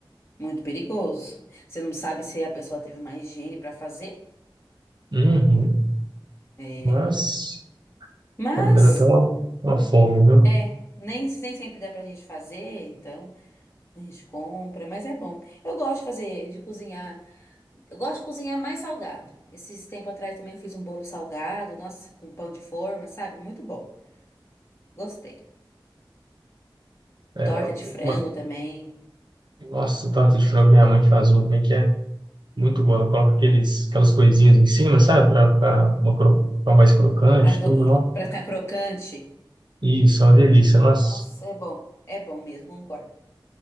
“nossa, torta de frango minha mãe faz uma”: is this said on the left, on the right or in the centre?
Right